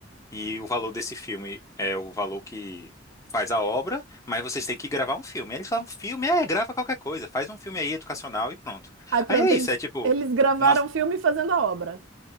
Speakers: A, on the left (about 15°); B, on the right (about 85°).
A: E o valor desse filme é o valor que faz a obra, mas vocês têm que gravar um filme. Aí eles falam, filme, é, grava qualquer coisa, faz um filme aí educacional e pronto.
B: Aí pronto,
A: Aí é isso,
B: eles,
A: é tipo
B: eles gravaram
A: uma
B: o filme fazendo a obra.